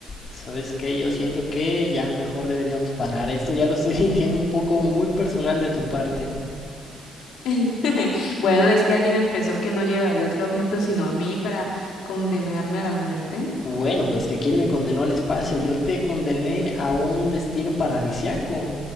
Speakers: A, on the left; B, on the left.
A: ¿Sabes qué? Yo siento que ya mejor deberíamos parar. Esto ya lo estoy <laughs> sintiendo un poco muy personal de tu parte.
B: <laughs> Bueno, es que alguien empezó que no llevaría otro objeto sino a mí para condenarme a la muerte.
A: Bueno, pero es que ¿quién me condenó al espacio? Yo te condené a un destino paradisiaco.